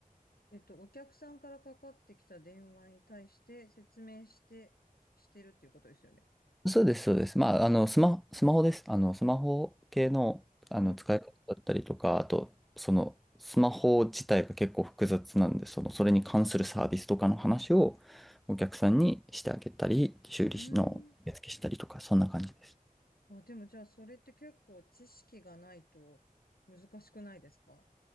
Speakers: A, on the left; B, in the centre.
A: えっと、お客さんからかかってきた電話に対して説明して、してるっていうことですよね。
B: そうです、そうです。まあ、あの、スマ、スマホです。あの、スマホ系の、あの、
A: うん。
B: 使い方だったりとか、あと、その、スマホ自体が結構複雑なんで、その、それに関するサービスとかの話をお客さんにしてあげたり、修理のやつけしたりとか、
A: うーん。
B: そんな感じです。
A: あ、でもじゃあ、それって結構知識がないと難しくないですか